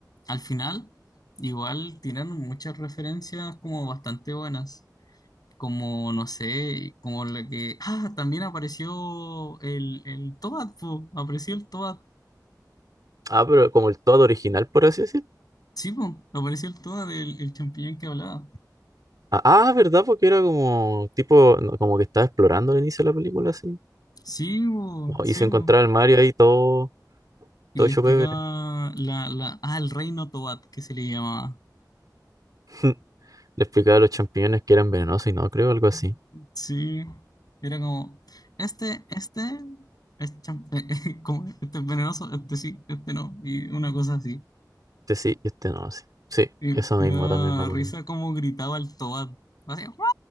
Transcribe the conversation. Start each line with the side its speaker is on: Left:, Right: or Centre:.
Left: al final, igual tiraron muchas referencias como bastante buenas. Como, no sé, como la que. Ah, también apareció el, el Toad, po. Apareció el Toad.
Right: Ah, pero como el todo original, por así decir.
Left: Sí, po. Apareció el Toad, el, el champiñón que hablaba.
Right: Ah, ah, ¿verdad? Porque era como tipo, no, como que estaba explorando al inicio de la película, así.
Left: Sí, po.
Right: Oh,
Left: Sí,
Right: Y se
Left: po.
Right: encontraba el Mario ahí todo,
Left: Y
Right: todo
Left: le
Right: hecho
Left: explicaba
Right: pebre.
Left: la, la. Ah, el reino Toad, que se le llamaba.
Right: <laughs> Le explicaba a los champiñones que eran venenosos y no, creo, algo así.
Left: Sí, era como, este, este, es cham- <laughs> eh, eh, como, este es venenoso, este sí, este no, y una cosa así.
Right: Este sí y este no, sí. Sí,
Left: Y
Right: eso
Left: me
Right: mismo
Left: da
Right: también me acuerdo.
Left: risa como gritaba el Tobad, así, ¡guau!